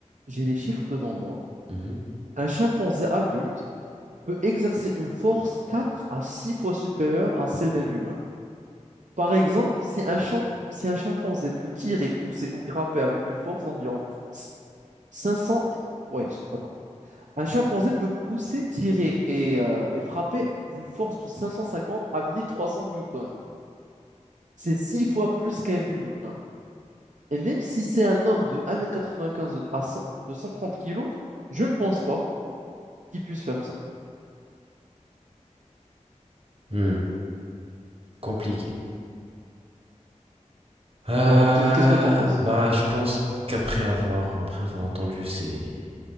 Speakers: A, on the right; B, on the right.
A: j'ai les chiffres devant moi.
B: Mhm.
A: Un chimpanzé adulte peut exercer une force 4 à 6 fois supérieure à celle d'un humain. Par exemple, si un champ- si un chimpanzé peut tirer, pousser ou grapper avec une force d'environ 500... Ouais, attends. Un chimpanzé peut pousser, tirer et, euh, et frapper d'une force de 550 à 1300 newtons. C'est six fois plus qu'un humain. Et même si c'est un homme de 1m95 à 100 de 130 kilos, je ne pense pas qu'il puisse faire ça.
B: Hmm, Compliqué. Euh,
A: Alors, qu'est- qu'est-ce que t'en penses?
B: bah, je pense qu'après avoir, après avoir entendu ces,